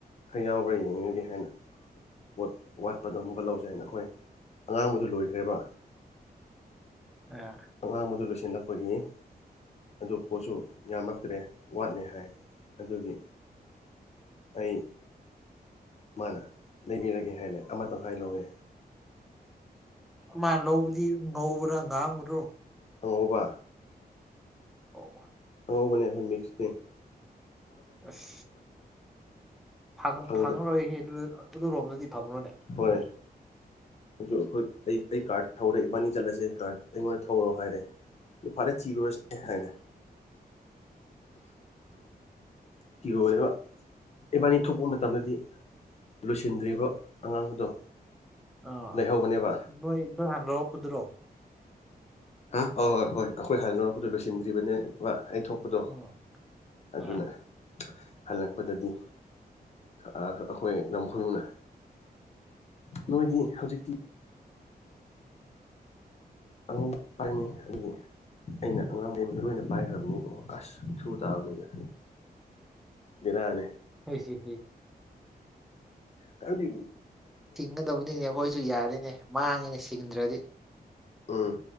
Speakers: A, on the left (about 40°); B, in the centre.
A: ꯈꯔ ꯌꯥꯎꯕ꯭ꯔꯥ ꯌꯦꯡꯉꯒꯦ ꯍꯥꯏꯅ ꯄꯣꯠ ꯋꯥꯠꯄꯗꯣ ꯑꯃꯨꯛꯀ ꯂꯧꯁꯦ ꯍꯥꯏꯅ ꯑꯩꯈꯣꯏ ꯑꯉꯥꯡꯕꯗꯨ ꯂꯣꯏꯈ꯭ꯔꯦꯕ
B: ꯑ
A: ꯑꯉꯥꯡꯕꯗꯨ ꯂꯣꯏꯁꯤꯜꯂꯛꯄꯒꯤ ꯑꯗꯨ ꯄꯣꯠꯁꯨ ꯌꯥꯝꯂꯛꯇ꯭ꯔꯦ ꯋꯥꯠꯂ ꯍꯥꯏ ꯑꯗꯨꯒꯤ ꯑꯩ ꯃꯥꯅ ꯂꯩꯕꯤꯔꯒꯦ ꯍꯥꯏꯅ ꯑꯃꯇꯪ ꯍꯥꯏꯥꯏ ꯂꯧꯋꯦ
B: ꯑꯃ ꯂꯧꯕꯗꯤ ꯉꯧꯕ꯭ꯔꯥ ꯉꯥꯡꯕ꯭ꯔꯣ
A: ꯑꯪꯉꯧꯕ
B: ꯑꯣ
A: ꯑꯣꯢꯕꯅꯦ ꯑꯩꯈꯣꯏ ꯃꯤꯁꯅꯦ
B: ꯑꯁ ꯐꯪꯉꯔꯣꯏꯍꯦ
A: ꯐꯪꯗ
B: ꯑꯗꯨ ꯑꯗꯨꯔꯣꯝꯗꯗꯤ ꯐꯪꯉꯔꯣꯅꯦ
A: ꯍꯣꯏ ꯑꯗꯨ ꯑꯩꯈꯣꯏ ꯑꯩ ꯑꯩ ꯀꯥꯔꯠ ꯊꯧꯔꯦ ꯏꯕꯥꯅꯤ ꯆꯠꯂꯁꯦ ꯀꯥꯔ ꯑꯩꯉꯣꯟꯗ ꯊꯧꯔꯣ ꯍꯥꯏꯔꯦ ꯐꯔꯦ ꯊꯤꯔꯣꯏꯁꯦ ꯍꯥꯏꯅ ꯀꯤꯔꯣꯏꯕ ꯏꯕꯥꯅꯤ ꯊꯣꯛꯄ ꯃꯇꯝꯗꯗꯤ ꯂꯣꯏꯁꯤꯟꯗ꯭ꯔꯤꯕ ꯑꯉꯥꯡꯕꯗꯣ
B: ꯑꯥ
A: ꯂꯩꯍꯧꯕꯅꯦꯕ
B: ꯅꯣꯏ ꯅꯣꯏ ꯍꯥꯟ ꯂꯧꯔꯛꯄꯗꯨꯔꯣ
A: ꯑ ꯍꯣꯏ ꯍꯣꯏ ꯍꯣꯏ ꯑꯩꯈꯣꯏ ꯍꯥꯏꯥꯟꯅ ꯑꯩꯣꯏꯗꯣ ꯂꯣꯏꯁꯤꯟꯗ꯭ꯔꯤꯕꯅꯦ ꯑꯩ ꯊꯣꯛ ꯗꯣ
B: ꯎꯝ
A: ꯑꯗꯨꯅ
B: ꯑꯥ
A: ꯍꯜꯂꯛꯄꯗꯗꯤ ꯑꯩꯈꯣꯏ ꯂꯝ ꯈꯨꯔꯨꯅ ꯅꯣꯏꯗꯤ ꯍꯧꯖꯤꯛꯇꯤ ꯑꯉ ꯐꯔꯅꯤ ꯑꯗꯨꯒꯦ <inaudible> ꯑꯩꯅ ꯑꯉꯥꯡꯕꯩꯃꯛꯇ ꯂꯣꯏꯅ ꯄꯥꯏꯈ꯭ꯔꯕꯅꯤꯀꯣ ꯑꯁ ꯊ꯭ꯔꯨ ꯇꯥꯕꯅꯤꯅ ꯕꯦꯔꯅꯦ
B: ꯍ ꯁꯤ <inaudible>
A: ꯍꯥꯏꯗꯤ
B: ꯆꯤꯡꯒꯗꯕꯅꯤꯅꯦ ꯑꯩꯈꯣꯏꯁꯨ ꯌꯥꯔꯤꯅꯦ ꯃꯥꯡꯉꯤꯅꯦ ꯁꯤꯡꯗ꯭ꯔꯗꯤ
A: ꯎꯝ